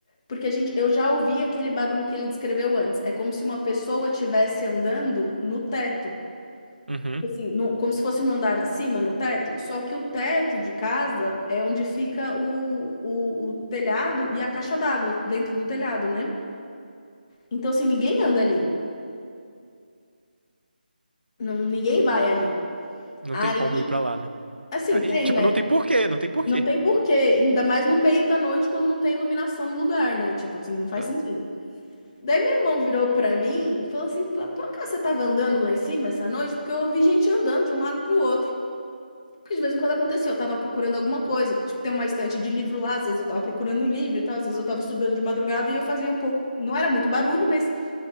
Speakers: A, on the left; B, on the right.
A: porque a gente, eu já ouvi aquele barulho que ele descreveu antes. É como se uma pessoa estivesse andando no teto.
B: Uhum.
A: Tipo assim, no- como se fosse no andar de cima, no teto, só que o teto de casa é onde fica o, o, o telhado e a caixa d'água dentro do telhado, né? Então, assim, ninguém anda ali, não, ninguém vai ali.
B: Não
A: Aí,
B: tem como ir pra lá, né?
A: assim,
B: Aí,
A: tem,
B: tipo,
A: né?
B: não tem porquê, não tem porquê.
A: Não tem porquê, ainda mais no meio da noite quando não tem iluminação no lugar, né? Tipo assim, não faz
B: Tá.
A: sentido. Daí meu irmão virou pra mim e falou assim: "Por acaso você tava andando lá em cima essa noite? Porque eu ouvi gente andando de um lado pro outro. Porque de vez em quando acontecia, eu tava procurando alguma coisa, tipo, tem uma estante de livro lá, às vezes eu tava procurando um livro e tal, às vezes eu tava estudando de madrugada e eu fazia um pouco, não era muito barulho, mas